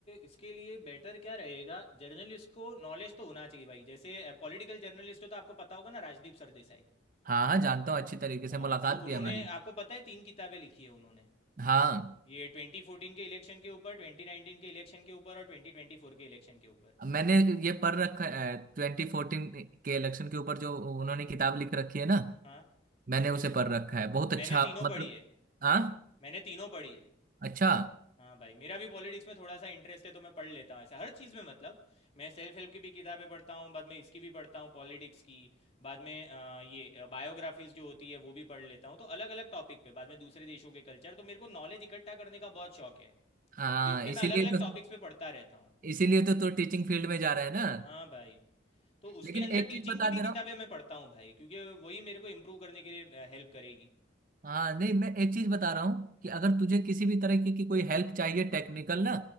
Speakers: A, on the left; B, on the right.
A: इसके लिए बेटर क्या रहेगा जर्नलिस्ट को नॉलेज तो होना चाहिए भाई जैसे पॉलिटिकल जर्नलिस्ट हो तो आपको पता होगा ना राजदीप सरदेसाई
B: हाँ हाँ जानता हूँ अच्छी तरीके से
A: हाँ
B: मुलाकात
A: तो
B: भी
A: उन्होंने
B: है हमारी
A: आपको पता है तीन किताबें लिखी है उन्होंने
B: हाँ
A: ये ट्वेंटी फोर्टीन के इलेक्शन के ऊपर ट्वेंटी नाइनटीन के इलेक्शन के ऊपर और ट्वेंटी ट्वेंटी फोर के इलेक्शन के ऊपर
B: मैंने ये पढ़ रखा है ट्वेंटी फोर्टीन के इलेक्शन के ऊपर जो उन्होंने किताब लिख रखी है ना
A: हाँ
B: मैंने उसे पढ़ रखा है बहुत अच्छा
A: मैंने तीनों
B: मतलब
A: पढ़ी है
B: हाँ
A: मैंने तीनों पढ़ी है
B: अच्छा
A: हाँ भाई मेरा भी पॉलिटिक्स में थोड़ा सा इंटरेस्ट है तो मैं पढ़ लेता हूँ ऐसा हर चीज़ में मतलब मैं सेल्फ हेल्प की भी किताबें पढ़ता हूँ बाद में इसकी भी पढ़ता हूँ पॉलिटिक्स की बाद में अ, ये बायोग्राफीज जो होती है वो भी पढ़ लेता हूँ तो अलग अलग टॉपिक पे बाद में दूसरे देशों के कल्चर तो मेरे को नॉलेज इकट्ठा करने का बहुत शौक है
B: हाँ
A: तो इसलिए
B: इसीलिए
A: मैं अलग अलग
B: तो
A: टॉपिक्स पे पढ़ता रहता हूँ
B: इसीलिए तो तू टीचिंग फील्ड में जा रहा है ना
A: हाँ भाई तो उसके
B: लेकिन
A: अंदर
B: एक
A: टीचिंग
B: चीज बता
A: की भी
B: दे
A: किताबें
B: रहा हूँ
A: मैं पढ़ता हूँ भाई क्योंकि वही मेरे को इम्प्रूव करने के लिए हेल्प करेगी
B: हाँ नहीं मैं एक चीज बता रहा हूँ कि अगर
A: हम्म,
B: तुझे किसी भी तरह की, की कोई हेल्प चाहिए टेक्निकल ना